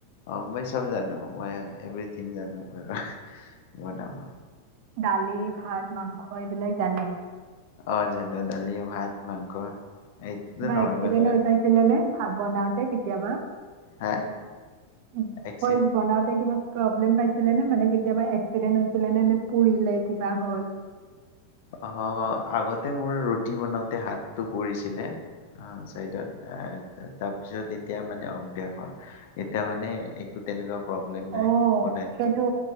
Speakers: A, on the left (about 50°); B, on the right (about 45°).
A: অ' মই চব জানো মই এভ্ৰিথিং জানো অ অহ বনাব।
B: দালি, ভাত, মাংস এইবিলাক জানে?
A: অ', জানো দালি, ভাত, মাংস। এইটোতো
B: কিবা
A: নৰ্মেল
B: এক্সিডেণ্ট
A: হয়
B: হৈ পাইছিলে নে? ভাত বনাওঁতে কেতিয়াবা?
A: হা
B: উ
A: এক
B: হয়
A: ছেকেণ্ড।
B: বনাওঁতে কিবা প্ৰব্লেম পাইছিলে নে? মানে কেতিয়াবা এক্সিডেন্ট হৈছিলে নে নে পুৰিলে কিবা হ'ল?
A: অ', আগতে মোৰ ৰুটি বনাওঁতে হাতটো পুৰিছিলে অ', চাইদত আ তা তাৰপিছত এতিয়া মানে অভ্যাস হ'ল। এতিয়া মানে একো তেনেকুৱা প্ৰব্লেম নাই
B: অ',
A: বনাই
B: সেইটো